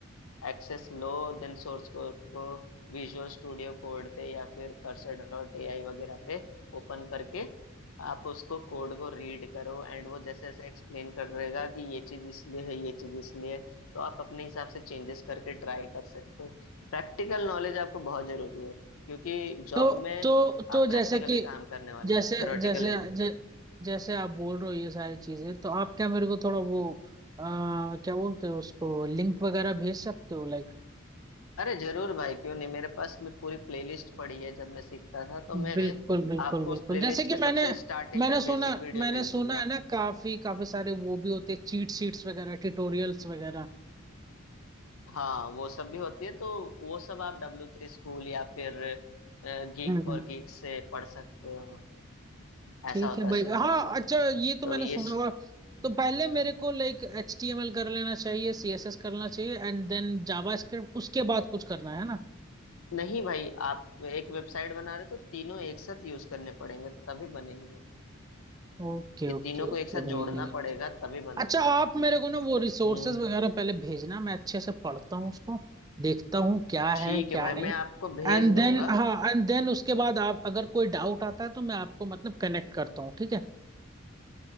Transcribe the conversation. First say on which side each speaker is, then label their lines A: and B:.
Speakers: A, on the left; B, on the right.
A: एक्सेस लो देन सोर्स कोड को विजुअल स्टूडियो कोड पे या फिर कर्सर डॉट एआई वगैरह पे ओपन करके आप उसको कोड को रीड करो एंड वो जैसे जैसे एक्सप्लेन कर रहेगा कि ये चीज इसलिए है ये चीज इसलिए है, तो आप अपने हिसाब से चेंजेस करके ट्राई कर सकते हो प्रैक्टिकल नॉलेज आपको बहुत जरूरी है क्योंकि जॉब
B: तो
A: में
B: तो
A: आप
B: तो जैसे
A: प्रैक्टिकली
B: कि
A: काम करने वाले
B: जैसे
A: हो थ्योरेटिकली
B: जैसे
A: नहीं
B: जै, जैसे आप बोल रहे हो ये सारी चीजें तो आप क्या मेरे को थोड़ा वो आ, क्या बोलते हो उसको लिंक वगैरह भेज सकते हो लाइक
A: अरे जरूर भाई क्यों नहीं मेरे पास मैं पूरी प्लेलिस्ट पड़ी है जब मैं सीखता था तो मैं
B: बिल्कुल बिल्कुल
A: आपको
B: बिल्कुल
A: उस प्लेलिस्ट
B: जैसे कि
A: के सबसे
B: मैंने
A: स्टार्टिंग
B: मैंने
A: के
B: सुना
A: बेसिक वीडियो
B: मैंने
A: भेज
B: सुना
A: दूंगा
B: है ना काफी काफी सारे वो भी होते चीट शीट्स वगैरह ट्यूटोरियल्स वगैरह
A: हाँ वो सब भी होती है तो वो सब आप डब्ल्यू थ्री स्कूल या फिर गीक
B: हम्म
A: फॉर
B: हम्म।
A: गीक से पढ़ सकते हो
B: ठीक
A: ऐसा होता
B: है
A: है
B: भाई
A: सीन
B: हाँ अच्छा ये तो
A: तो
B: मैंने
A: ये
B: सुना
A: स...
B: और तो पहले मेरे को like H T M L कर लेना चाहिए सी एस एस करना चाहिए एंड देन जावा स्क्रिप्ट उसके बाद कुछ करना है ना
A: नहीं भाई आप एक वेबसाइट बना रहे हो तो तीनों एक साथ यूज करने पड़ेंगे तभी बनेंगे
B: ओके
A: ये
B: ओके
A: तीनों को
B: ओके
A: एक साथ
B: भाई
A: जोड़ना पड़ेगा तभी बनता
B: अच्छा
A: है
B: आप मेरे को ना वो रिसोर्सेज
A: हम्म
B: वगैरह पहले भेजना मैं अच्छे से पढ़ता हूँ उसको देखता हूँ क्या है
A: ठीक
B: क्या
A: है भाई
B: नहीं
A: मैं आपको भेज
B: एंड
A: दूंगा
B: देन हाँ एंड देन उसके बाद आप अगर कोई डाउट आता है तो मैं आपको मतलब कनेक्ट करता हूँ ठीक है